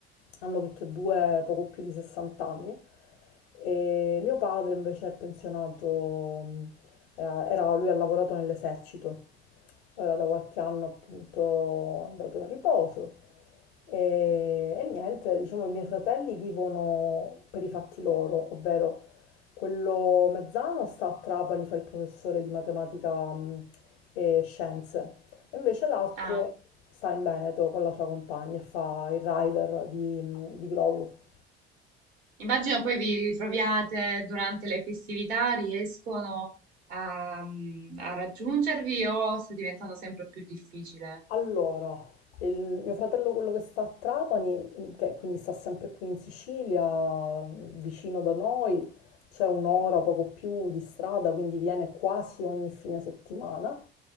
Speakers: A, on the left; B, on the right.
A: hanno tutte e due poco più di 60 anni e mio padre invece è pensionato, mh, eh, era- lui ha lavorato nell'esercito Ora da qualche anno appunto è andato in riposo e, e niente, diciamo i miei fratelli vivono per i fatti loro, ovvero quello mezzano sta a Trapani, fa il professore di matematica mh, e scienze, e invece l'altro
B: Ah,
A: sta in Veneto con la sua compagna e fa il rider di, mh, di globo.
B: immagino poi vi ritroviate durante le festività, riescono a, mm, a raggiungervi o sta diventando sempre più difficile?
A: Allora, il mio fratello, quello che sta a Trapani, che quindi sta sempre qui in Sicilia, vicino da noi, c'è un'ora, poco più di strada, quindi viene quasi ogni fine settimana